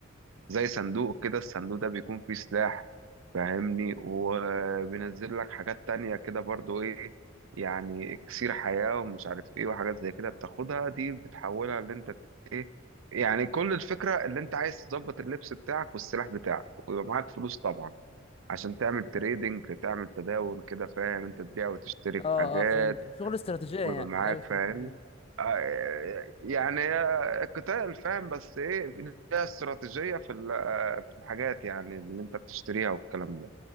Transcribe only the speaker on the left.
اه
اه فهمتك شغل استراتيجية
يعني
لعبة استراتيجية